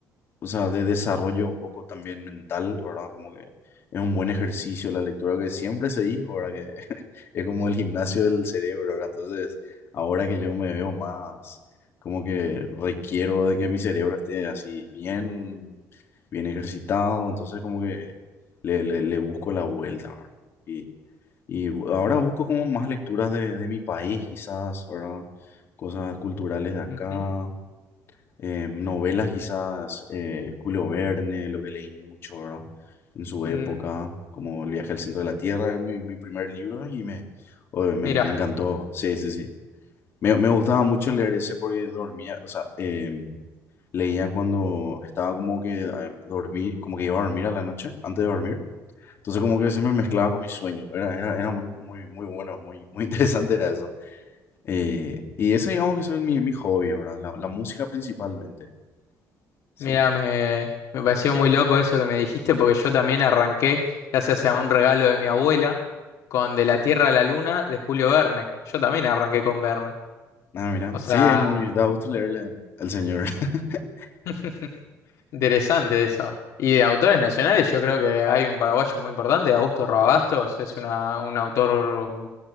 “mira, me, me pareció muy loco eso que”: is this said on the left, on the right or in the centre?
Left